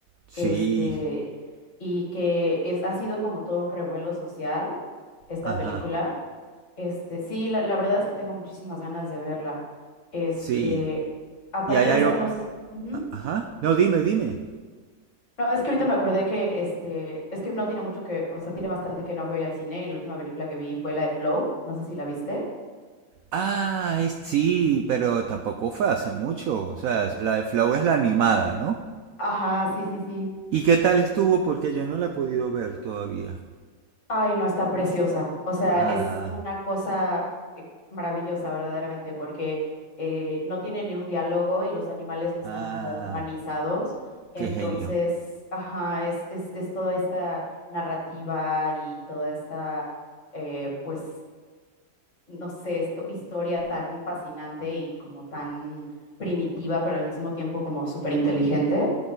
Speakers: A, on the right; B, on the left.
A: Sí,
B: este, y que es, ha sido como todo un revuelo social esta
A: ajá.
B: película. Este, sí, la, la verdad es que tengo muchísimas ganas de verla. Este,
A: Sí.
B: aparte
A: Y hay algo...
B: de esa, nos... ujú.
A: Ajá. No, dime, dime.
B: No, es que ahorita me acordé que este, es que no tiene mucho que, o sea, tiene bastante que no veo ya al cine y la última película que vi fue la de Flow, no sé si la viste.
A: Ah, es... sí, pero tampoco fue hace mucho. O sea, la de Flow es la animada, ¿no?
B: Ajá, sí, sí, sí.
A: ¿Y qué tal estuvo? Porque yo no la he podido ver todavía.
B: Ay, no, está preciosa. O sea,
A: Ah,
B: es una cosa eh, maravillosa, verdaderamente, porque eh, no tiene ni un diálogo y los animales no están
A: ah,
B: como humanizados.
A: qué
B: Entonces,
A: genio.
B: ajá, es, es, es toda esta narrativa y toda esta, eh, pues, no sé, esto, historia tan fascinante y como tan primitiva, pero al mismo tiempo como súper inteligente.